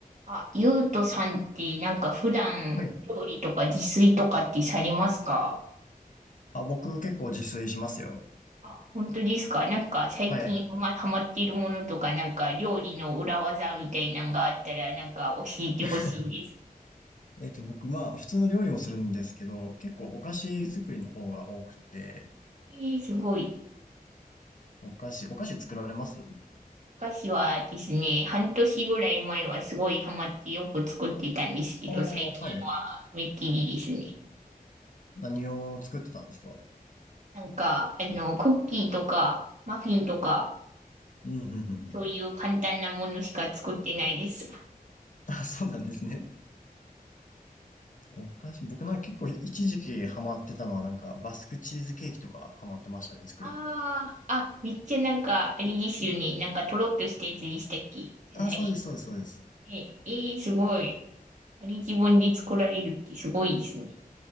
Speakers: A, on the right (about 50°); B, on the left (about 55°).
A: あ、ゆうとさんって、なんか普段、
B: はい。
A: 料理とか自炊とかってされますか
B: あ、僕結構自炊しますよ。
A: あ、本当ですかなんか最近ハマ、
B: はい。
A: ハマっているものとか、なんか料理の裏技みたいなのがあったら、なんか教えてほしいです。
B: <laughs> えっと、僕、まあ、普通の料理もするんですけど、結構お菓子作りの方が多くて、
A: えー、すごい。
B: お菓子、お菓子作られます
A: 昔はですね、半年ぐらい前はすごいハマってよく作ってたんですけど、
B: ああ、
A: 最近はめっきりですね。
B: はい。何を作ってたんですか
A: なんか、あの、クッキーとか、マフィンとか、
B: うん、うん、うん。うん
A: そういう簡単なものしか作ってないです。
B: <laughs> あ、そうなんですね。お菓子、僕なんか結構一時期ハマってたのはなんかバスクチーズケーキとかハマってましたね、作るの。
A: ああ、あ、めっちゃなんか、あれですよね。なんか、とろっとしたやつでしたっけじゃない。
B: あ、そうです、そうです、そうです。
A: え、えー、すごい。あれ自分で作られるってすごいですね。